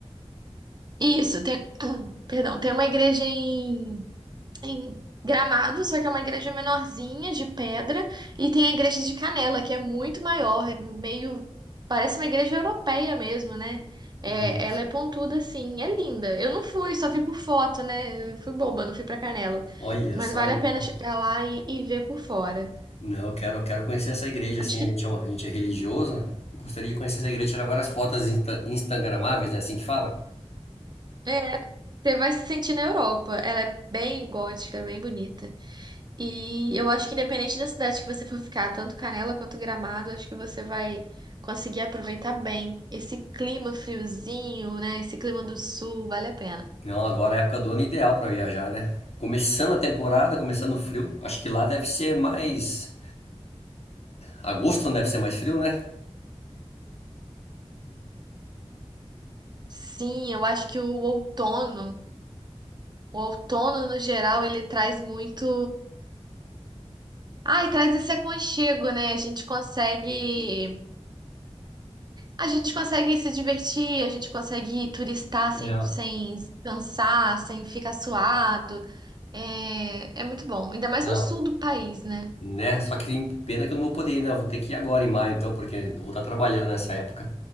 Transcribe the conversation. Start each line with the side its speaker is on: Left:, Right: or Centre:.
Right: Isso, tem... <clears throat> Perdão, tem uma igreja em em Gramado, só que é uma igreja menorzinha, de pedra, e tem a igreja de Canela, que é muito maior, é meio. Parece uma igreja europeia mesmo, né? É,
Left: Nossa.
Right: ela é pontuda assim, é linda. Eu não fui, só fui por foto, né? Eu fui boba, não fui pra Canela.
Left: Olha
Right: Mas
Left: só.
Right: vale
Left: então.
Right: a pena chegar lá e, e ver por fora.
Left: Não, eu quero, eu quero conhecer essa igreja,
Right: Acho
Left: assim,
Right: que
Left: a gente é, um- a gente é religioso. Gostaria de conhecer essa igreja, tirar várias fotos insta, instagramáveis, né? Assim que fala.
Right: é, você vai se sentir na Europa. Ela é bem gótica, bem bonita. E eu acho que independente da cidade que você for ficar, tanto Canela quanto Gramado, acho que você vai conseguir aproveitar bem esse clima friozinho, né? Esse clima do sul, vale a pena.
Left: Não, agora é a época do ano ideal para viajar, né? Começando a temporada, começando o frio. Acho que lá deve ser mais. Agosto não deve ser mais frio, né?
Right: Sim, eu acho que o outono, o outono no geral, ele traz muito. Ai, traz esse aconchego, né? A gente consegue. A gente consegue se divertir, a gente consegue turistar sem,
Left: É,
Right: sem se cansar, sem ficar suado. É, é muito bom. Ainda mais
Left: não.
Right: no sul do país, né?
Left: Né? Só que tem pena que eu não vou poder ir, né? Eu vou ter que ir agora em maio, então, porque eu vou estar trabalhando nessa época.